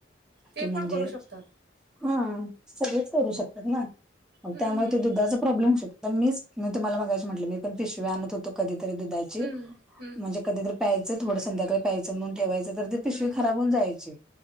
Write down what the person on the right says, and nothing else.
ते
पण करू शकतात.
हं,
हं,
हं.
हं, हं,
हं.